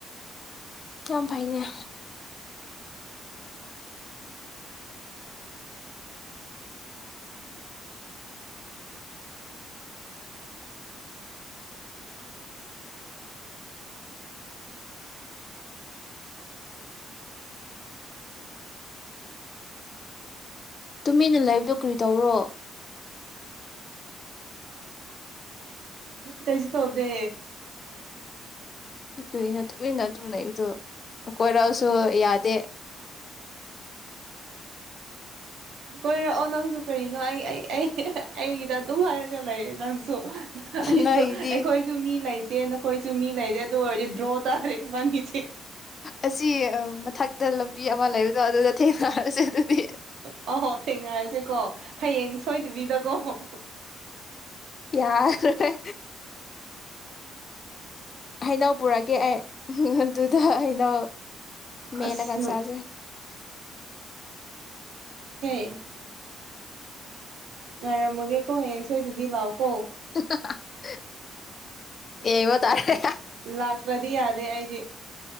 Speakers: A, on the left (about 40°); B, on the right (about 75°).
A: ꯌꯥꯝ ꯐꯩꯅꯦ ꯇꯨꯃꯤꯟꯅ ꯂꯩꯕꯗꯣ ꯀꯔꯤ ꯇꯧꯕꯔꯣ
B: ꯀꯩꯁꯨ ꯇꯧꯗꯦ
A: ꯀꯩꯅꯣ ꯇꯨꯃꯤꯟꯅ ꯑꯗꯨ <inaudible> ꯀꯣꯏꯔꯛꯑꯣꯁꯨ ꯌꯥꯗꯦ
B: ꯀꯣꯏꯔꯛꯑꯣ ꯅꯪꯁꯨ ꯀꯔꯤꯅꯣ ꯑꯩ ꯑꯩꯒꯤꯗ ꯑꯗꯨꯝ ꯍꯥꯏꯔꯒ ꯂꯩꯔꯦ ꯅꯪꯁꯨ ꯑꯩꯁꯨ
A: ꯅꯣꯏꯗꯤ
B: ꯑꯩꯈꯣꯏꯁꯨ ꯃꯤ ꯂꯩꯇꯦ ꯅꯈꯣꯏꯁꯨ ꯃꯤ ꯂꯩꯔꯦ ꯑꯗꯨ ꯑꯣꯏꯔꯗꯤ ꯗ꯭ꯔꯣ ꯇꯥꯔꯦ ꯏꯕꯥꯅꯤꯁꯦ
A: ꯑꯁꯤ ꯃꯊꯛꯇ ꯑꯃ ꯂꯩꯕꯗ ꯑꯗꯨ ꯊꯦꯡꯅꯔꯁꯦ ꯑꯗꯨꯗꯤ
B: ꯑꯍꯣ ꯊꯦꯡꯅꯔꯁꯦꯀꯣ ꯍꯌꯦꯡ ꯁꯣꯏꯗꯕꯤꯗꯀꯣ
A: ꯌꯥꯔ ꯌꯥꯔꯔꯣꯏ ꯍꯩꯅꯧ ꯄꯨꯔꯛꯀꯦ ꯑꯩ ꯑꯗꯨꯗ ꯑꯩꯅ ꯃꯦꯂꯒ
B: ꯑꯁ ꯅꯨ
A: ꯆꯥꯖꯩ
B: ꯑꯦ ꯉꯥꯏꯔꯝꯃꯒꯦꯀꯣ ꯍꯌꯦꯡ ꯁꯣꯏꯗꯕꯤ ꯂꯥꯛꯑꯣ ꯀꯣ
A: <unintelligible> ꯌꯩꯕ ꯇꯥꯔꯦ
B: ꯂꯥꯛꯇ꯭ꯔꯗꯤ ꯌꯥꯗꯦ ꯑꯩꯗꯤ